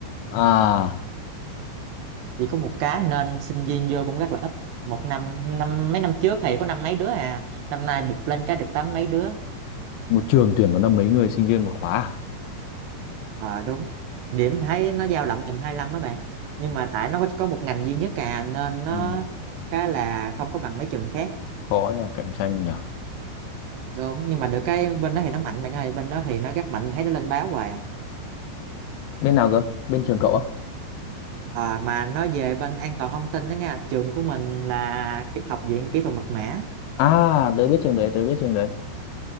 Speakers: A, on the left; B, on the right.
A: à
B: chỉ có một cái nên sinh viên vô cũng rất là ít một năm năm mấy năm trước thì có năm mấy đứa à năm nay bụt lên cái được tám mấy đứa
A: một trường tuyển có năm mấy người sinh viên một khóa à?
B: Ờ đúng điểm thấy nó dao động tầm 25 đó bạn nhưng mà tại nó có, có một ngành duy nhất à nên nó
A: ừ,
B: khá là không có bằng mấy trường khác
A: khó nhờ cạnh tranh nhỉ
B: đúng nhưng mà được cái bên đó thì nó mạnh bạn ơi bên đó thì nó rất mạnh thấy nó lên báo hoài à
A: bên nào cơ bên trường cậu á
B: Ờ, mà nó về bên an toàn thông tin đó nha trường của mình là cái học viện kỹ thuật mật mã
A: à tớ biết trường đấy tớ biết trường đấy